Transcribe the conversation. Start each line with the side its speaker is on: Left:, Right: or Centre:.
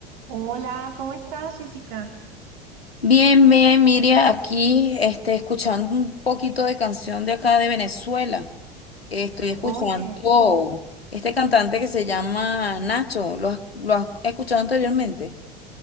Right: Hola, ¿cómo estás, Jessica?
Left: Bien, bien, Miria, aquí este, escuchando un poquito de canción de acá de Venezuela. Estoy escuchando
Right: Oye,
Left: este cantante que se llama Nacho. ¿Lo has, lo has escuchado anteriormente?